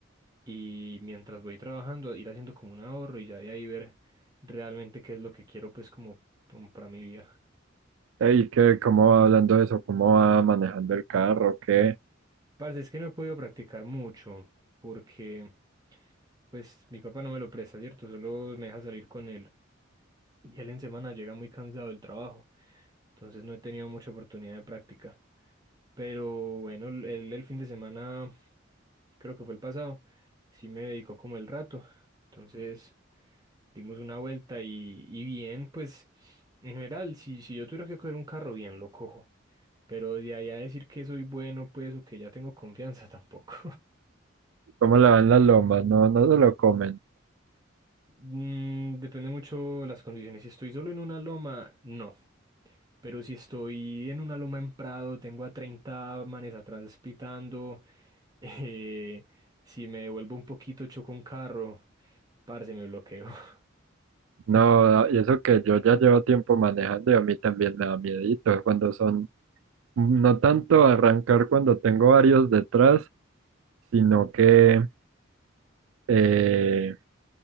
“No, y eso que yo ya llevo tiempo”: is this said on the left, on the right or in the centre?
Right